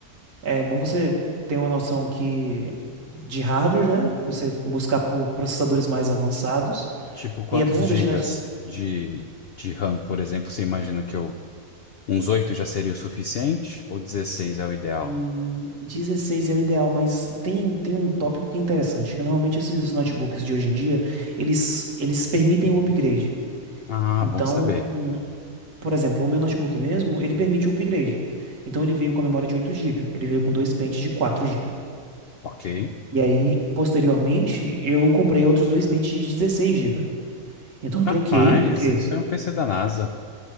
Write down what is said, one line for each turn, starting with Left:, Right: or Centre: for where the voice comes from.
Right: É bom você ter uma noção que de hardware, né? Você buscar por processadores mais avançados.
Left: Tipo, quantos
Right: E é bom
Left: gigas
Right: deixar isso.
Left: de, de RAM, por exemplo, você imagina que eu. Uns 8 já seria o suficiente? Ou 16 é o ideal?
Right: Hum, 16 é o ideal, mas tem, tem um tópico que é interessante, que normalmente esses notebooks de hoje em dia, eles, eles permitem o upgrade.
Left: Ah,
Right: Então,
Left: bom saber.
Right: um Por exemplo, o meu notebook mesmo, ele permite o upgrade. Então ele veio com a memória de 8 GB, ele veio com dois pentes de 4 GB.
Left: Ok.
Right: E aí, posteriormente, eu comprei outros dois pentes de 16 GB. Então eu troquei,
Left: Rapaz,
Right: porque
Left: isso é um PC da NASA.